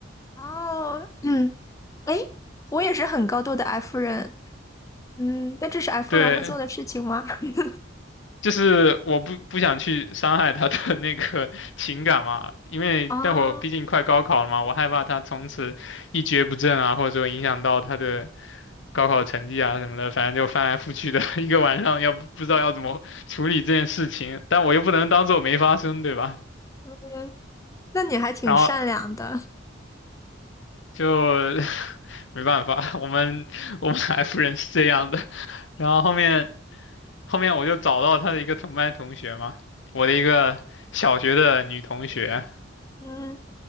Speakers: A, on the left; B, on the left.
A: 哦，嗯，哎，我也是很高度的 F 人，嗯，但这是 F
B: 对，
A: 人会做的事情吗？<laughs>
B: 就是我不不想去伤害他的那个情感嘛，因为待会儿毕竟快高考了嘛，
A: 啊，
B: 我害怕他从此一蹶不振啊，或者说影响到他的高考成绩啊什么的，反正就翻来覆去的一个晚上，要不不知道要怎么处理这件事情，但我又不能当做没发生，对吧？
A: 嗯，那你还挺善良的，
B: 然后就 <laughs> 没办法，我们我们 F 人是这样的，然后后面。后面我就找到他的一个同班同学嘛，我的一个小学的女同学，
A: 嗯